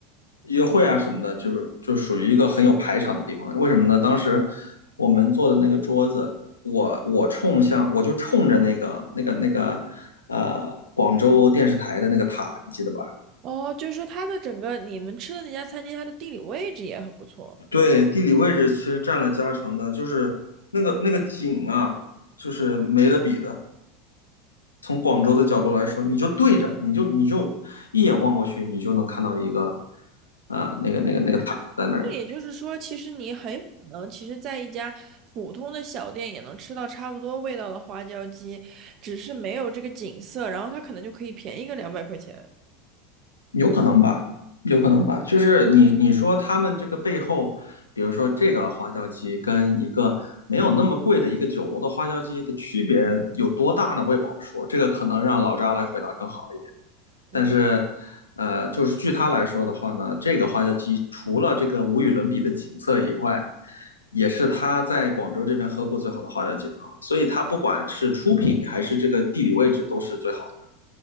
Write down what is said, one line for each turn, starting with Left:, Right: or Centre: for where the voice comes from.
Left: 约会啊什么的，就是就属于一个很有排场的地方。为什么呢？当时我们坐的那个桌子，我我冲向我就冲着那个那个那个呃广州电视台的那个塔，你记得吧？
Right: 哦，就是说它的整个你们吃的那家餐厅，它的地理位置也很不错。
Left: 对，地理位置其实占了加成的，就是那个那个景啊，就是没得比的。从广州的角度来说，你就对着，你就你就一眼望过去，你就能看到一个，啊、呃那个那个那个塔在那里，
Right: 那也就是说，其实你很有可能，其实在一家普通的小店也能吃到差不多味道的花椒鸡，只是没有这个景色，然后它可能就可以便宜个两百块钱。
Left: 有可能吧，有可能吧。就是你你说他们这个背后，比如说这个花椒鸡跟一个没有那么贵的一个酒楼的花椒鸡的区别有多大呢？我也不好说，这个可能让老扎来回答更好一点。
Right: 嗯，
Left: 但是，呃，就是据他来说的话呢，这个花椒鸡除了这个无与伦比的景色以外，也是他在广州这边喝过最好的花椒鸡汤了。所以，他不管是出品还是这个地理位置，都是最好的